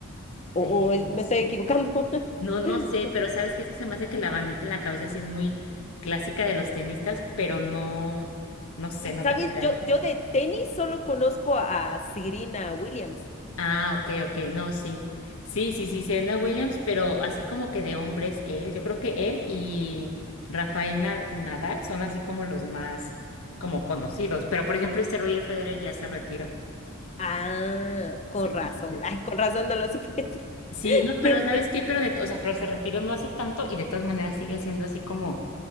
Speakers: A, on the left; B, on the left.
A: o,
B: Eh,
A: o es- me
B: no sé,
A: estoy equivocando.
B: no, no
A: <laughs>
B: sé, pero ¿sabes qué? Es que se me hace que la bandita en la cabeza sí es muy clásica de los tenistas, pero no, no sé, no
A: ¿Sabes?
B: te puedo
A: Yo, yo de tenis solo conozco a, a Serena Williams.
B: Ah, ok, ok, no, sí. Sí, sí, sí, Serena Williams, pero así como que de hombres, él, yo creo que él y Rafael Na- Nadal son así como los más como conocidos, pero por ejemplo este Roger Federer ya se retiró.
A: Ah, con
B: Sí,
A: razón.
B: entonces.
A: <laughs> Ay, con razón no lo supe.
B: Sí,
A: <laughs>
B: no, pero ¿sabes qué? Pero de, o sea, pero se retiró no hace tanto y de todas maneras sigue siendo así como